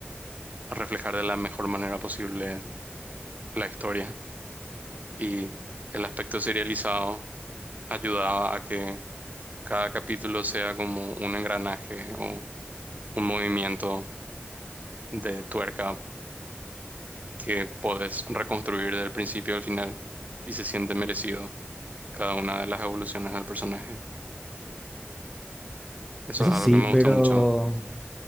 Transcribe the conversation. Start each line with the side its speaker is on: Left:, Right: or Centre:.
Right: a reflejar de la mejor manera posible la historia y el aspecto serializado ayudaba a que cada capítulo sea como un engranaje o un movimiento de tuerca que podés reconstruir del principio al final y se siente merecido cada una de las evoluciones del personaje. Eso
Centre: Eso
Right: es algo
Centre: sí,
Right: que me
Centre: pero
Right: gustó mucho